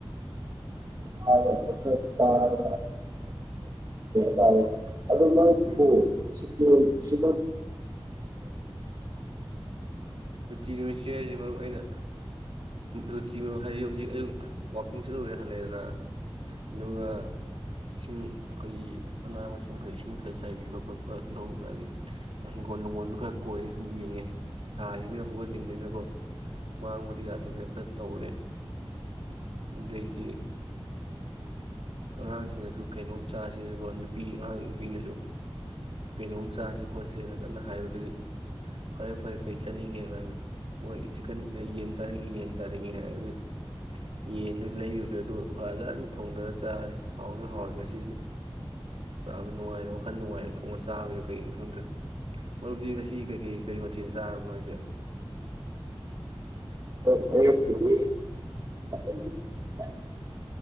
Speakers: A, on the right (about 40°); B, on the right (about 75°).
A: ꯁꯔ ꯁ ꯇꯔꯦ ꯑꯗꯨ ꯃꯥꯪꯕꯨ
B: ꯎꯝ
A: ꯁꯤꯛꯇ ꯁꯤ
B: ꯔꯨꯇꯤ ꯅꯨꯃꯤꯠꯁꯤꯦ ꯍꯥꯏꯁꯤ ꯃꯔꯨ ꯑꯩꯅ ꯔꯨꯇꯤ ꯍꯥꯏꯗꯤ ꯍꯧꯖꯤꯛ ꯑꯌꯨꯛ ꯋꯥꯛꯀꯤꯡ ꯆꯠꯂꯔꯦ ꯍꯜꯂꯦꯗꯅ ꯑꯗꯨꯒ ꯏꯁꯤꯡ ꯑꯩꯈꯣꯏꯒꯤ ꯃꯅꯥ ꯃꯁꯤꯡ ꯈꯔ ꯏꯁꯤꯡ ꯈꯔ ꯆꯥꯏꯕꯤꯕ ꯈꯣꯠꯄ ꯂꯧꯒ ꯍꯥꯏꯗꯤ ꯍꯤꯡꯒꯣꯜ ꯅꯨꯡꯒꯣꯜꯗꯨ ꯈꯔ ꯀꯣꯏꯔ ꯁꯨꯝ ꯌꯦꯡꯉꯦ ꯊꯥꯁꯤ ꯃꯤꯅ ꯍꯧꯍꯟꯅꯤꯡꯕꯅꯤꯅꯀꯣ ꯃꯥꯡꯕꯗꯤ ꯌꯥꯗꯕꯅꯤꯅ ꯈꯔ ꯇꯧꯔꯦ ꯑꯗꯩꯗꯤ ꯑꯉꯥꯡꯁꯤꯡꯅꯁꯨ ꯀꯩꯅꯣꯝ ꯆꯥꯁꯦꯗꯀꯣ ꯅꯨꯄꯤ ꯑꯉꯥꯡ ꯅꯨꯄꯤꯅꯁꯨ ꯀꯩꯅꯣꯝ ꯆꯥꯁꯦ ꯈꯣꯠꯁꯦꯅ ꯀꯟꯅ ꯍꯥꯏꯕꯗꯒꯤ ꯐꯔꯦ ꯐꯔꯦ ꯀꯩ ꯆꯥꯅꯤꯡꯒꯦ ꯍꯥꯏꯕ ꯀꯥꯟꯗ ꯃꯣꯏ ꯆꯤꯛꯀꯟ ꯌꯦꯟ ꯆꯥꯅꯤꯡꯉꯦ ꯌꯦꯟ ꯆꯥꯅꯤꯡꯉꯦ ꯍꯥꯏꯔꯗꯤ ꯌꯦꯟꯗꯨ ꯂꯩꯔꯨꯔꯦ ꯑꯗꯨ ꯐꯖꯅ ꯊꯣꯡꯗꯔ ꯆꯥꯔꯦ ꯍꯥꯎꯁꯨ ꯍꯥꯎꯔꯦ ꯉꯁꯤꯗꯤ ꯌꯥꯝ ꯅꯨꯡꯉꯥꯏꯅ ꯋꯥꯈꯜ ꯅꯨꯡꯉꯥꯏꯅ ꯊꯣꯡꯉꯒ ꯆꯥꯕꯔꯣ ꯀꯩꯒꯤꯅꯣ ꯈꯪꯗ꯭ꯔꯦ ꯃꯔꯨꯞꯗꯤ ꯉꯁꯤ ꯀꯩꯀꯩ ꯀꯔꯤ ꯃꯊꯦꯜ ꯆ ꯌꯥꯥꯔ ꯅꯣꯏꯁ
A: <unintelligible>